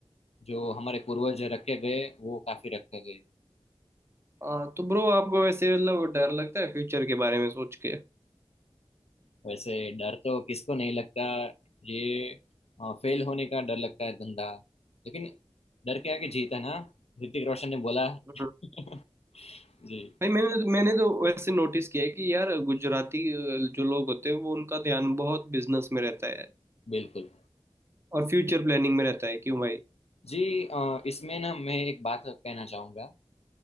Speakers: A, on the left; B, on the right.
A: जो हमारे पूर्वज रखे गए वो काफी रखे गए
B: हाँ तो ब्रो आपको वैसे मतलब डर लगता है फ्यूचर के बारे में सोच के
A: वैसे डर तो किसको नहीं लगता ये फेल होने का डर लगता है धंधा लेकिन डर के आगे जीत है ना ऋतिक रोशन ने बोला
B: हम्म।
A: <laughs> जी
B: भाई मैंने तो मैंने तो वैसे नोटिस किया है कि यार गुजराती अ, जो लोग होते हैं वो उनका ध्यान बहुत बिजनेस में रहता है
A: बिल्कुल
B: और फ्यूचर प्लानिंग में रहता है क्यों भाई
A: जी अ, इसमें ना मैं एक बात कहना चाहूंगा